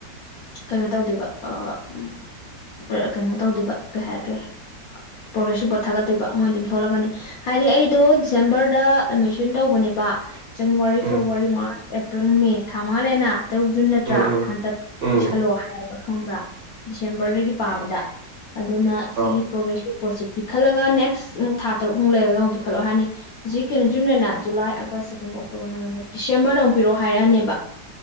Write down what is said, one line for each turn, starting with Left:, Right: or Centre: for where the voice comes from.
Left: ꯀꯩꯅꯣ ꯇꯧꯗꯣꯏꯕ ꯎꯝ ꯕ꯭ꯔꯦ ꯀꯩꯅꯣ ꯇꯧꯗꯣꯏꯕ ꯀꯩ ꯍꯥꯏ ꯀꯩ ꯍꯥꯏ ꯄ꯭ꯔꯣꯒ꯭ꯔꯦꯁ ꯔꯤꯄꯣꯔꯠ ꯊꯥꯒꯠꯇꯣꯏꯕ ꯃꯣꯏ ꯑꯗꯨꯝ ꯊꯣꯛꯂꯛꯀꯅꯤ ꯍꯥꯏꯗꯤ ꯑꯩꯗꯣ ꯗꯤꯁꯦꯝꯕꯔꯗ ꯑꯦꯠꯃꯤꯁꯟ ꯇꯧꯕꯅꯦꯕ January
Right: um
Left: February March April May ꯊꯥ ꯃꯉꯥ ꯂꯩꯅ ꯇꯔꯨꯛ ꯖꯨꯟ ꯅꯠꯇ꯭ꯔꯥ
Right: ꯎꯝ ꯎꯝ
Left: ꯍꯟꯇꯛ
Right: ꯎꯝ
Left: ꯄꯤꯁꯜꯂꯛꯑꯣ ꯍꯥꯏꯌꯦꯕ ꯈꯪꯕ꯭ꯔꯥ ꯗꯤꯁꯦꯝꯕꯔꯗꯒꯤ ꯄꯥꯕꯗ <inaudible> ꯑꯗꯨꯅ
Right: ꯑꯥ
Left: ꯁꯤꯒꯤ ꯄ꯭ꯔꯣꯒ꯭ꯔꯦꯁꯔꯤ ꯄꯣꯠꯁꯤ ꯄꯤꯈꯠꯂꯒ ꯅꯦꯛꯁ ꯑꯃꯨꯛ ꯊꯥ ꯇꯔꯨꯛꯃꯨꯛ ꯂꯩꯔꯒ ꯑꯃꯨꯛ ꯄꯤꯈꯠꯂꯛꯑꯣ ꯍꯥꯏꯔꯅꯤ ꯍꯧꯖꯤꯛ ꯀꯩꯅꯣꯖꯨꯟ ꯂꯩꯅ July August September October November ꯗꯤꯁꯦꯝꯕꯔꯗ ꯑꯃꯨꯛ ꯄꯤꯔꯛꯑꯣ ꯍꯥꯏꯔꯛꯑꯅꯤꯕ